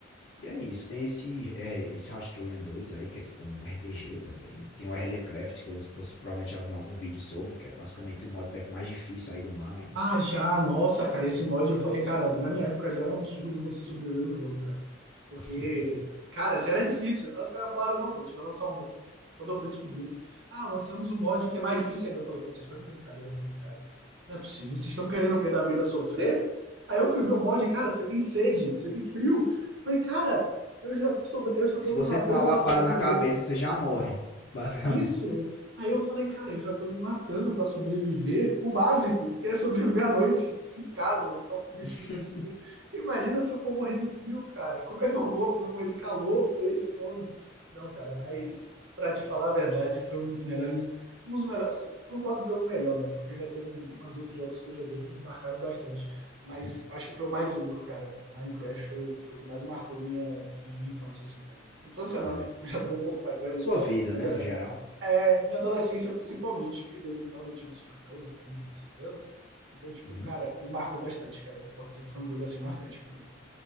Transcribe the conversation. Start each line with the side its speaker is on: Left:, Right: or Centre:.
Left: E é isso, tem esse, é, esse Rasturian 2 aí, que é tipo um RPG também. Tem o Herlecraft, que eu- você provavelmente já viu em algum vídeo sobre, que é basicamente o modpack mais difícil aí do Mine.
Right: Ah, já, nossa, cara, esse mod eu falei, cara, na minha época já era um absurdo você sobreviver no jogo, cara. Porque,
Left: <laughs>
Right: cara, já era difícil. Aí os caras falaram, não, pô, a gente vai lançar um. mo- Quando eu fui descobrir, né? Ah, lançamos um mod que é mais difícil ainda. Eu falei, pô, vocês estão de brincadeira com minha cara. Não é possível, vocês estão querendo o quê da vida sofrer? Aí eu fui ver o mod, cara, você tem sede, você tem frio. Eu Falei, cara, eu já tô sobre... eu já
Left: Se
Right: tô
Left: você
Right: me matando
Left: tomar uma lapada
Right: pra sobreviver.
Left: na cabeça, você já morre, basicamente.
Right: Isso. Aí eu falei, cara, eu já tô me matando pra sobreviver. O básico, que é sobreviver à noite, sem casa, só com o bicho
Left: <laughs>
Right: me perseguindo. Imagina se eu for morrer de frio, cara. Como é que eu vou? Como é que eu morrer de calor, sede, fome? Não, cara, mas pra te falar a verdade, foi um dos melhores, um dos melhores, não posso dizer o melhor, né? Porque ainda tem um- uns outros jogos que eu joguei que me marcaram bastante. Mas
Left: Uhum,
Right: acho que foi o mais único, cara. Minecraft foi o, foi o que mais marcou minha, minha, minha infância, assim, cara. Infância não,
Left: é.
Right: né? <laughs> Eu já tava um pouco mais velho.
Left: Sua vida,
Right: Mas
Left: né,
Right: é,
Left: no geral.
Right: né, é, minha adolescência, principalmente, que em 2009 eu tinha uns 14, 15, 16 anos. Então, tipo,
Left: Uhum,
Right: cara, me marcou bastante, cara. Eu posso dizer que foi um jogo assim marcante pra mim.